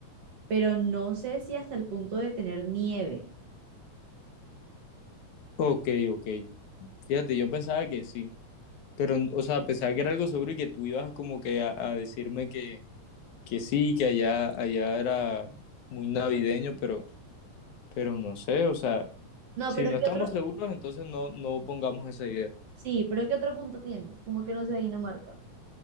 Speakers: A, on the right; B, on the left.
A: pero no sé si hasta el punto de tener nieve.
B: Ok, ok. Fíjate, yo pensaba que sí. Pero, o sea, pensaba que era algo seguro y que tú ibas como que a, a decirme que, que sí, que allá, allá era muy navideño, pero, pero no sé, o sea,
A: No,
B: si
A: pero
B: no
A: ¿qué
B: estamos
A: otro?
B: seguros, entonces no, no pongamos esa idea.
A: Sí, pero ¿qué otro punto tienes? Como que no sea Dinamarca.